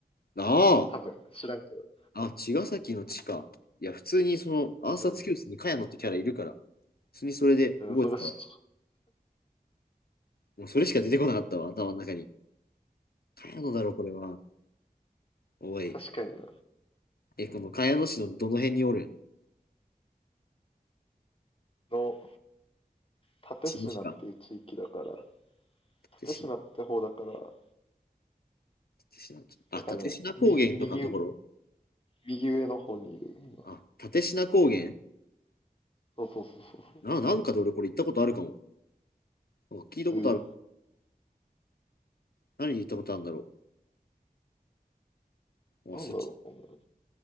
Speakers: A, on the left (about 80°); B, on the left (about 35°).
A: あ
B: 多分、知らんけど。
A: あ。あ、茅ヶ崎の地か。いや、普通にその、暗殺教室に茅野ってキャラいるから、
B: うん。
A: 普通にそれで覚えてたわ。
B: うん、それは知って
A: もうそれしか出てこなかったわ、頭の中に。茅野だろ、これは。おい。
B: 確かにな。
A: え、この茅野市のどの辺におるん
B: の、蓼科っていう地域だから、
A: 茅野市か。立科、
B: 蓼科って方だから、
A: 立科。
B: なんかね、
A: あ、立科高原とかのところ。
B: 右、右、右上の方にいる今。
A: あ、立科高原
B: そうそうそうそう
A: な、なんかで俺これ行ったことあるかも。なんか聞いたことある。
B: そう。うー、
A: 何に行ったことあるんだろう。
B: なんだろう、
A: 忘れち
B: お